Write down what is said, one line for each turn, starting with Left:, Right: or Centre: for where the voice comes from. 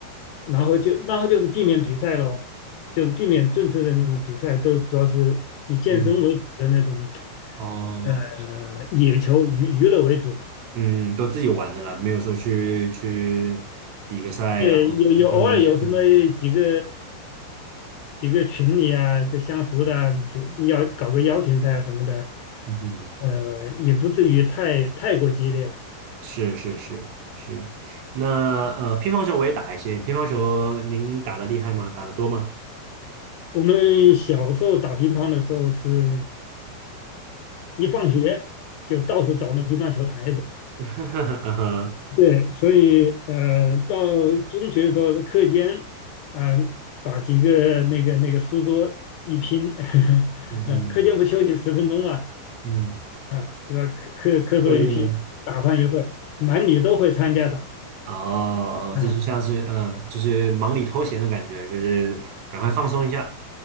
Left: 然后就然后就是避免比赛咯，就是避免正式的那种比赛，都主要是以健身为主的那种，
Right: 嗯，哦，
Left: 呃，野球娱娱乐为主嘛。
Right: 嗯，都自己玩的啦，没有说去去比个赛，
Left: 对，
Right: 然后看的，
Left: 有有偶尔有什么几个
Right: 嗯
Left: 几个群里啊，这相熟的主要搞个邀请赛啊什么的，
Right: 嗯哼。
Left: 呃，也不至于太太过激烈吧。
Right: 是是是是，那呃，乒乓球我也打一些，乒乓球您打的厉害吗？打的多吗？
Left: 我们小时候打乒乓的时候是，一放学就到处找那乒乓球台子。
Right: <laughs> 嗯哼，
Left: 对，所以呃，到中学的时候，课间，嗯、把几个那个那个书桌一拼，<laughs>
Right: 嗯嗯
Left: 呃课间不休息十分钟嘛，
Right: 嗯，
Left: 啊，对吧？课课课桌一拼，
Right: 特别
Left: 打上一会儿，男女都会参加打，
Right: 哦，
Left: 啊，
Right: 这就像是嗯，就是忙里偷闲的感觉，就是赶快放松一下。